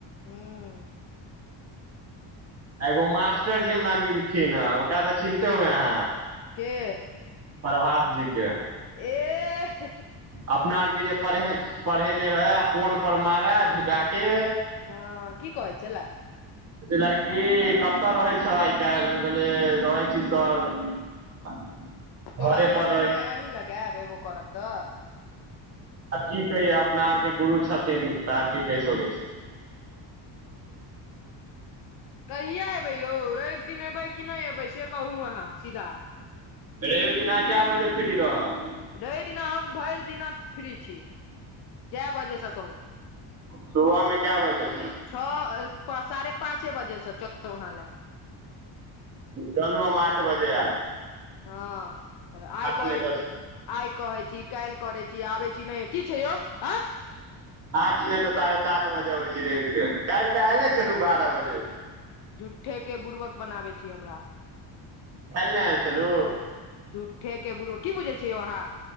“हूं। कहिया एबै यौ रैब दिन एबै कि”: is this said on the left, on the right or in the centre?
Left